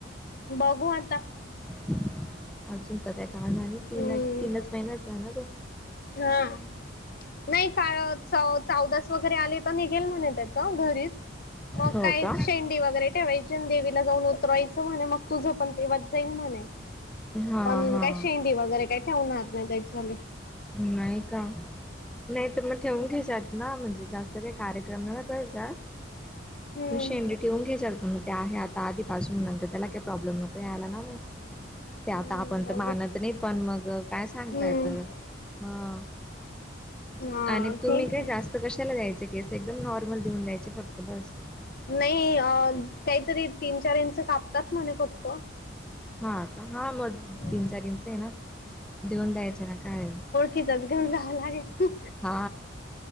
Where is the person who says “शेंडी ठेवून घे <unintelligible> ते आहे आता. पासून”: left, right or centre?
Centre